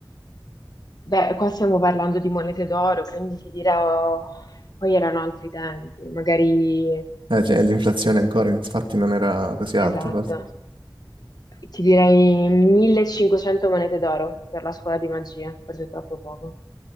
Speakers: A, on the left; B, on the right.
A: Beh, qua stiamo parlando di monete d'oro, quindi ti dirò, poi erano altri tempi, magari
B: Eh, cioè, l'inflazione ancora, infatti, non era così alta.
A: Esatto.
B: forse.
A: Ti direi 1500 monete d'oro per la scuola di magia, forse è troppo poco.